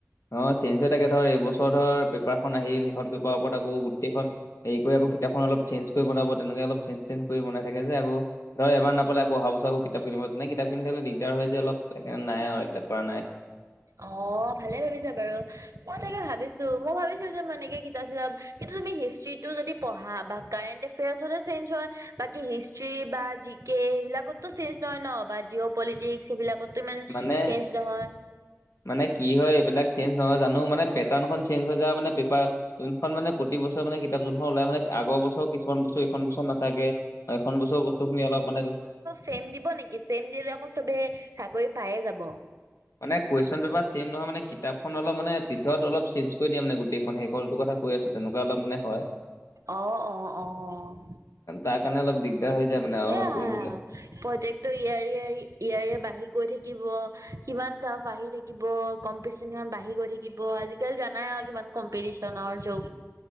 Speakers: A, on the left; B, on the right.
A: অ চেঞ্জ হৈ থাকে ধৰ এইবছৰ ধৰ পেপাৰখন আহিল সেইখন পেপাৰৰ ওপৰত আকৌ গোটেইখন হেৰি কৰি আক কিতাপখন অলপ চেঞ্জ কৰি বনাব তেনেকে অলপ চেঞ্জ তেঞ্জ কৰি বনাই থাকে যে আকৌ। ধৰ এবাৰ নাপালে আকৌ আহাঁ বছৰ আকৌ কিতাপ কিনিব নাই কিতাপ কিনি থাকিব দিগদাৰ হয় যে অলপ সেইকাৰনে নাই আৰু এইবিলাক কৰা নাই।
B: অ ভালে ভাবিছা বাৰু মই তাকে ভাবিছো মই ভাবিছো যে মই এনেকে কিতাপ চিতাপ কিন্তু তুমি হিষ্ট্ৰিটো যদি পঢ়া বা কাৰেণ্ট এফেয়াৰ্চতে চেঞ্জ হয়। বাকী হিষ্ট্ৰি বা জি কে এইবিলাকতো চেঞ্জ নহয় ন বা জিঅ' পলিটিক্স এইবিলাক। ক'তো ইমান
A: মানে
B: চেঞ্জ নহয়।
A: মানে কি হয় এইবিলাক চেঞ্জ নহয় জানো মানে পেটাৰ্নখন চেঞ্জ হৈ যাই মানে পেপাৰ যোনখন মানে প্ৰতি বছৰে মানে কিতাপ যোন খন ওলাই মানে আগৰ বছৰ কিছুমান বছৰ এখন বছৰ নাথাকে, এখন বছৰ বস্তুখিনি অলপ মানে
B: চেম দিব নেকি, চেম দিলে আকৌ চবে চাকৰি পায়ে যাব।
A: মানে কুৱেশচন পেপাৰ চেঞ্জ নহয় মানে কিতাপখন অলপ মানে ভিতৰত অলপ চ কৈ দিয়া মানে গোটেইখন সেইকলটো কথা কৈ আছো তেনেকুৱা অলপ মানে হয়
B: অ-অ-অ-অ
A: তাৰ কাৰণে অলপ দিগদ দিকদাৰ হৈ যায় মানে।
B: সেইয়াই
A: আৰু
B: আও।
A: পঢ়িবলৈ।
B: প্ৰত্যেকটো ইয়াৰে ইয়াৰে ইয়াৰে বাঢ়ি গৈ থাকিব সিমান টাফ আহি থাকিব থাকিব কম্পিটিচন ইমান বাঢ়ি গৈ থাকিব আজিকালি জানাই আৰু কিমান কম্পিটিচনৰ যুগ।